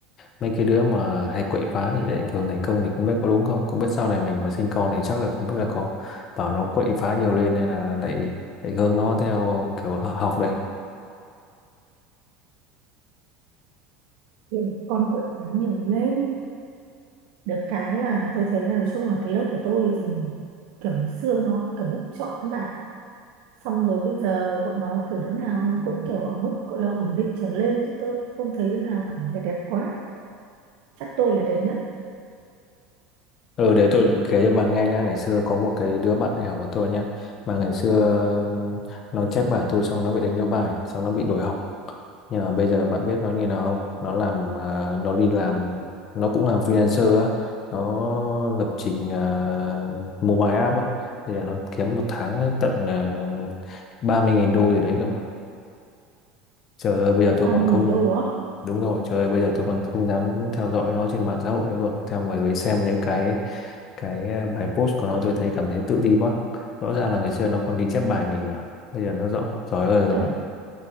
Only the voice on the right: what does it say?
Vậy con quậy phá nhiều lên được cái là tôi thấy là nói chung là cái lớp của tôi thì kiểu ngày xưa nó kiểu lớp chọn các bạn xong rồi bây giờ bọn nó kiểu đứa nào nó cũng kiểu ở mức gọi là ổn định trở lên chứ tôi không thấy đứa nào kiểu là đẹp quá chắc tôi là đẹp nhất
ba
mươi
nghìn đô á
kiểu